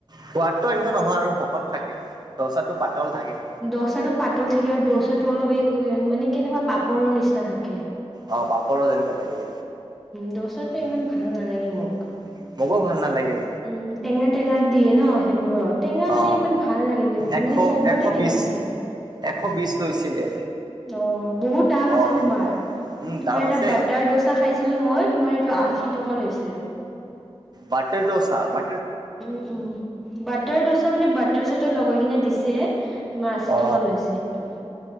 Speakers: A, on the right (about 40°); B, in the centre.
A: সোৱাদটো এনেকুৱা নহয় আৰু শকত থাকে। দচাটো পাতল থাকে।
B: দচাটো পাতল থাকে আৰু দচাটো অলপ এই মানে, কেনেকুৱা পাপৰৰ নিচিনা থাকে।
A: অ'! পাপৰো যেনেকুৱা থাকে।
B: দ'চাটো
A: উম
B: ইমান ভাল নালাগে মোক।
A: <unintelligible> নালাগে
B: উম, টেঙা, টেঙা, দিয়ে ন'। সেইবোৰৰ টেঙা
A: অ
B: মানে, ইমান ভাল <unintelligible>
A: এশ
B: চবতে
A: এশ
B: টেঙা
A: বিশ
B: থাকে।
A: এশ বিশ লৈছিলে।
B: অ'! বহুত দাম
A: অ
B: আছে তোমাৰ।
A: উম
B: তোমাৰ
A: দাম
B: এটা
A: আছে
B: বাটাৰ দোচা খাইছিলোঁ মই। তোমাৰ এইটো আশী টকা লৈছে।
A: বাটাৰ দোচা বা
B: উম, উম, বাটাৰ দোচা মানে, বাটাৰ চাটৰ লগাই কিনে দিছে। তোমাৰ আশী
A: অ
B: টকা লৈছে সেইটো।